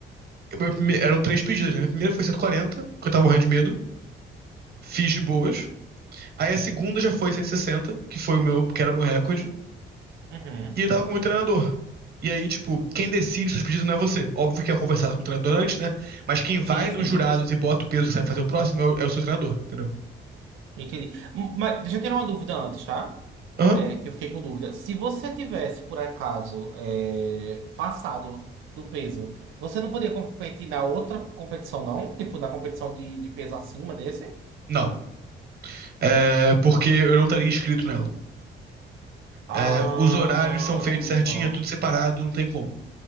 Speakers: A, on the right; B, on the right.
A: eu- meu prime- eram três pedidas, né? Minha primeira foi 140, porque eu tava morrendo de medo, fiz de boas. Aí a segunda já foi 160, que foi o meu, que era o meu recorde,
B: Uhum.
A: e eu tava com o meu treinador. E aí, tipo, quem decide seus pedidos não é você. Óbvio que é conversado com o treinador antes, né? Mas quem vai
B: Sim,
A: nos
B: sim.
A: jurados e bota o peso que você vai fazer o próximo é o, é o seu treinador, entendeu?
B: Entendi. M- Mas deixa eu tirar uma dúvida antes, tá?
A: Aham.
B: É, que eu fiquei com dúvida. Se você tivesse, por acaso, é, passado do peso, você não poderia competir na outra competição, não? Tipo, na competição de, de peso acima desse?
A: Não. É porque eu não estaria inscrito nela.
B: Ah,
A: É, os horários são feitos certinho,
B: tá.
A: é tudo separado, não tem como.